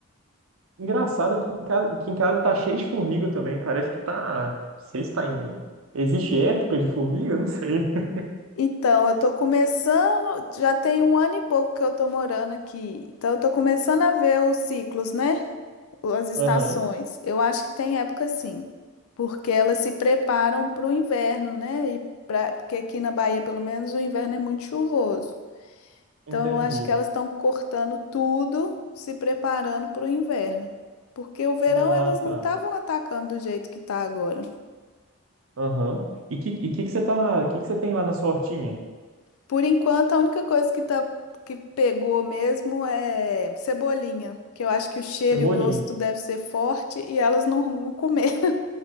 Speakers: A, on the right; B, on the left.
A: Engraçado que em casa, que em casa tá cheio de formiga também. Parece que tá. Não sei se tá em. Existe época de formiga? Não sei. <laughs>
B: Então, eu tô começando, já tem um ano e pouco que eu tô morando aqui. Então, eu tô começando a ver os ciclos, né? As estações.
A: Aham,
B: Eu acho que tem época sim, porque elas se preparam para o inverno, né? E pra, porque aqui na Bahia, pelo menos, o inverno é muito chuvoso.
A: entendi.
B: Então, eu acho que elas estão cortando tudo, se preparando para o inverno. Porque o verão
A: Ah,
B: elas não
A: tá.
B: estavam atacando do jeito que tá agora.
A: Aham. E que, e que que você tá, que que você tem lá na sua hortinha?
B: Por enquanto, a única coisa que tá que pegou mesmo é cebolinha, que eu acho que o cheiro
A: Cebolinha.
B: e o gosto
A: <laughs>
B: deve ser forte e elas não vão comer.